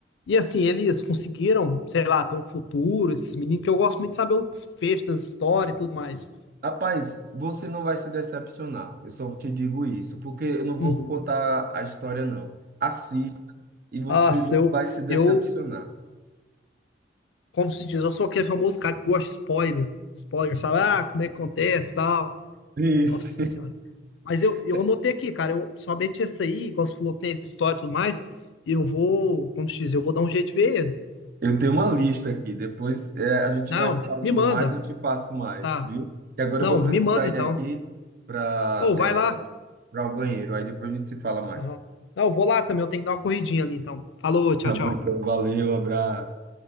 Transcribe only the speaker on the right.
Rapaz, você não vai se decepcionar. Eu só te digo isso, porque eu não
vou contar a história, não. Assista e você
não
vai se decepcionar.
Isso.
<laughs>
Eu tenho uma lista aqui. Depois é, a gente
vai se falando
mais, eu te passo mais,
viu? Que agora
eu vou precisar
ir aqui para
para o banheiro. Aí depois a gente se fala mais.
Tá
bom, então, valeu, abraço.